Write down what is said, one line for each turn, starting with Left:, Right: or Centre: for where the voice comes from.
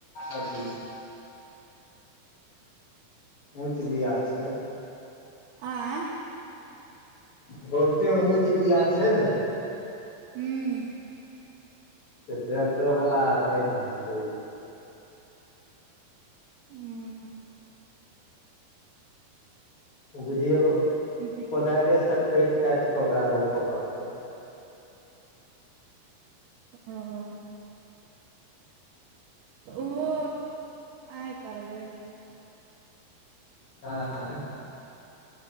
Left: अथ ऊँच लिया छै
Right: आँय
Left: बहुते ऊँच लिया छै ने
Right: हूँ
Left: से ट्रैक्टर वाला आर नहि धसबै
Right: हू
Left: बुझियौ
Right: ज जी
Left: कोदारिसँ काँचि काचि कऽ ओकरा रोपय पड़तै
Right: ह तऽ ओहो अी करबै
Left: हँ